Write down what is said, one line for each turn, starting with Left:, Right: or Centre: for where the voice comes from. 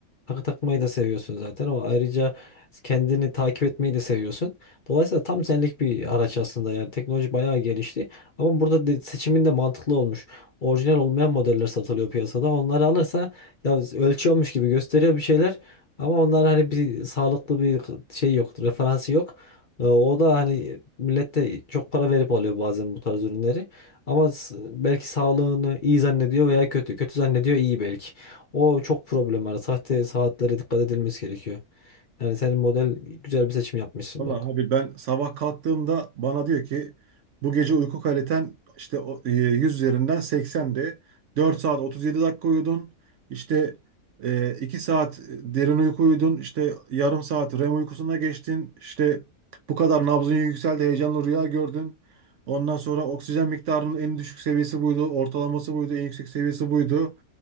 Left: takı takmayı da seviyorsun zaten. O ayrıca kendini takip etmeyi de seviyorsun. Dolayısıyla tam senlik bir araç aslında yani teknoloji bayağı gelişti. Ama burada de- seçimin de mantıklı olmuş. Orijinal olmayan modeller satılıyor piyasada. Onları alırsa ya ölçüyormuş gibi gösteriyor bir şeyler. Ama onlar hani bir sağlıklı bir şey yok, referansı yok. Ee, o da hani millet de çok para verip alıyor bazen bu tarz ürünleri. Ama s- belki sağlığını iyi zannediyor veya kötü. Kötü zannediyor iyi belki. O çok problem var. Sahte saatlere dikkat edilmesi gerekiyor. Yani senin model güzel bir seçim yapmışsın
Right: Vallahi
Left: bak.
Right: abi ben sabah kalktığımda bana diyor ki bu gece uyku kaliten işte o- e, 100 üzerinden 80'di. 4 saat 37 dakika uyudun. İşte e, 2 saat derin uyku uyudun. İşte yarım saat REM uykusuna geçtin. İşte bu kadar nabzın yükseldi. Heyecanlı rüya gördün. Ondan sonra oksijen miktarının en düşük seviyesi buydu. Ortalaması buydu. En yüksek seviyesi buydu.